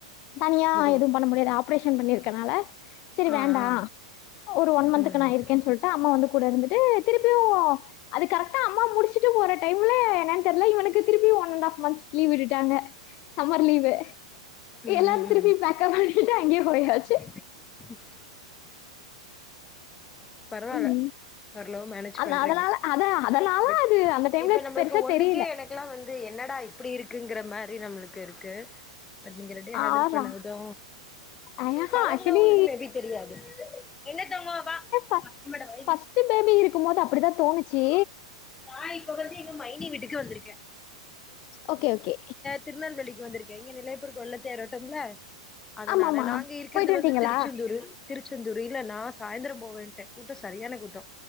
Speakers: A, on the left (about 40°); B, on the left (about 15°).
A: தனியா
B: ஓ
A: எதுவு பண்ண முடியாது ஆப்ரேஷன் பண்ணிர்க்கனால ச்சரி
B: ஆ
A: வேண்டா
B: ஆ
A: ஒரு ஒன் மந்த்க்கு
B: ம்
A: நா
B: ம்
A: இருக்கேன் சொல்ட் ட்டா அம்மா வந்து கூட இருந்துட்டு திருப்பியு அது கரக்டா அம்மா முடிச்சுட்டு போற டைம்ல என்னன் தெர்ல இவனுக்கு திருப்பி ஒன் அண்டாஃப் மந்த்ஸ் லீவ் விட்டுட்டாங்க சம்மர் லீவே
B: ம்
A: எல்லா திருப்பி
B: ம்
A: பேக்கப் பண்ணிட்டு அங்யே போயாச்சி
B: <inaudible> பரவால்ல
A: ம்
B: ஓரவளவு மேனேஜ்
A: அந்த
B: பண்றீங்க
A: அதனால அத அதனால
B: ப்ரிக்
A: அது அந்த டைம்ல
B: இப்ப நம்பள்க்கு
A: பெருசா
B: ஒண்ணுக்கே
A: தெரியல
B: எனக் க்லா வந்து என்னடா இப்படி இருக்குங்கிற மாரி நம்ளுக்கு இருக்கு பட் நீங்க ரெண்டியு ஹேண்டில்
A: ஆறா
B: பண்ணது
A: ஆஹா
B: பழகுனவுள்க்கு
A: ஆக்சுவலி
B: மேபி தெரியாது என்னத் தங்கோ வா
A: பஸ்ச்சு
B: அம்மாட்ட வைடி
A: பஸ்ட்டு பேபி இருக்கும் போது அப்டிதா தோணுச்சி
B: மாய் இப்ப வந்து எங்க மைனி வீட்டுக்கு வந்துருக்கே
A: ஓகே ஓகே
B: திருநெல்வேலிக்கு வந்துருக்கே இங்கே நெல்லையப்பர் கொள்ளத் தேரோட்டம்ல அதனால
A: ஆமாமா
B: நாங்க இருக்கிற்து
A: போயிட்டு வந்ட்டீங்களா?
B: வந்து திருச்செந்தூரு திருச்செந்தூரு இல்ல நா சாய்ந்தர போவேன் ட்ட கூட்ட சரியான கூட்டோ